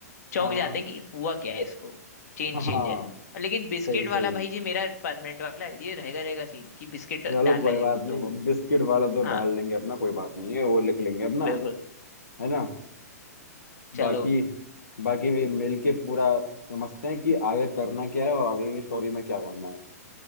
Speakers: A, on the left (about 65°); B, on the left (about 85°).
A: चौंक
B: हाँ
A: जाते हैं कि हुआ क्या है इसको चेंज
B: हाँ
A: चेंज है और लेकिन बिस्किट
B: सही सही
A: वाला भाई जी मेरा परमानेंट वाला है ये रहेगा रहेगा सीन कि बिस्किट
B: चलो
A: डाल
B: कोई
A: रहा है
B: बात
A: ये कुत्तों
B: नहीं
A: को
B: बिस्किट वाला तो
A: हाँ
B: डाल लेंगे अपना कोई बात नहीं है वो लिख लेंगे अपना
A: बिल्कुल
B: है ना
A: चलो
B: बाकी बाकी ये मिल के पूरा समझते हैं कि आगे करना क्या है और आगे की स्टोरी में क्या करना है